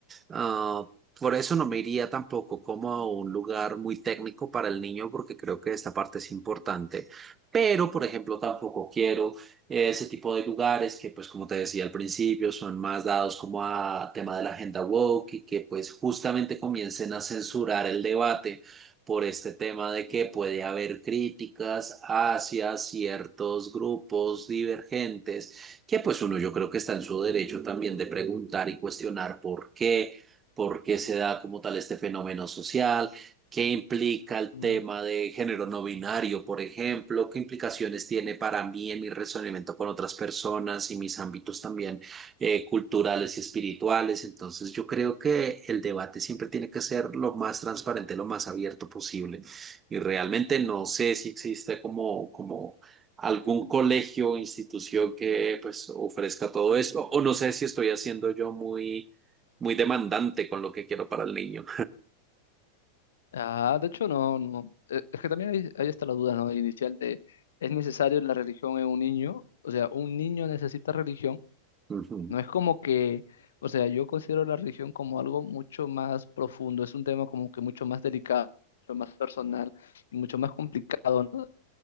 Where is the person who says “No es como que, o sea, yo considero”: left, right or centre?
Left